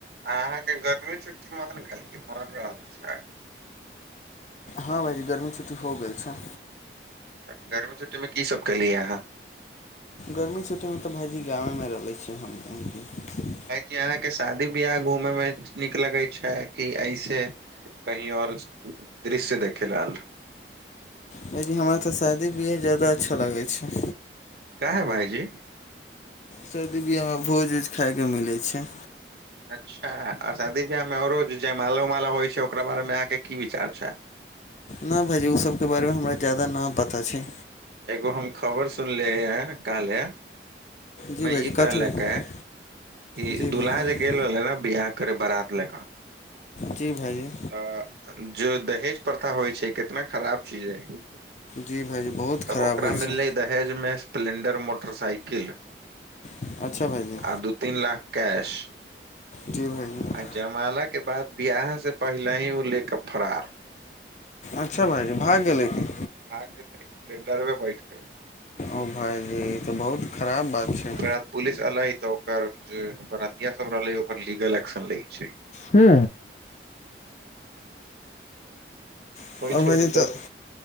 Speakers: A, on the right; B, on the left.
A: अहाँके गर्मी छुट्टी मन गेल की मन रहल छै।
B: हँ भाइजी गर्मी छुटी हो गेल छै।
A: तऽ गर्मी छुट्टीमे की सभ कैली अहाँ
B: गर्मी छुट्टीमे तऽ भाइजी गावेमे रहलै छी हम एहिंपे
A: भाइजी अहाँके शादी बियाह घूमे मे नीक लगै छै। कि ऐसे कहीं आओर दृश्य देखे लाल
B: भाइजी हमरा तऽ शादी बियाह ज्यादा अच्छा लागै छै।
A: काहै भायजी
B: शर्दी बिियाहमे भोज उज खाइके मिलै छै।
A: अच्छा आ शादी ब्याहमे आओरो जय माला उमाला होइत छै। ओकरा बारेमे अहाँके की विचार छै।
B: नहि भायजी ओसभके बारेमे हमरा ज्यादा नहि पता छै।
A: एगो हम खबर सुनलिय हे काले
B: जी
A: मे
B: भायजी
A: ई
B: कथी
A: कहलक
B: भायजी
A: कि
B: जी
A: दुल्हा
B: भायजी
A: जे गेल रहले ने बिियह करे बारात ले कऽ
B: जी भाजी
A: अ जेो दहेज प्रथा होइ छै। कितना खराब चीज हइ।
B: जी भायजी बहुत
A: तऽ
B: खराब
A: ओकरा
B: होइ
A: मिललै
B: छै
A: दहेजमे स्प्लें्डर मोटरसाइकिल आ
B: अच्छा भायजी
A: दू तीन लाख कैश।
B: जी भायजी
A: जमालाके बाद बिआह से पहिले ही ओ लेके फरार।
B: अच्छा भाइजी भाग गेलै की?
A: <unintelligible> बैठ के
B: ओ भाइजी ई तऽ बहुत खराब बात छै।
A: ओकरा बाद पुलिस एलै तऽ ओकर जे बरतिया सब रहले ओकर लीगल एक्शन लै छै
B: हू आओर
A: होइ छै
B: भायजी
A: ई सब
B: तऽ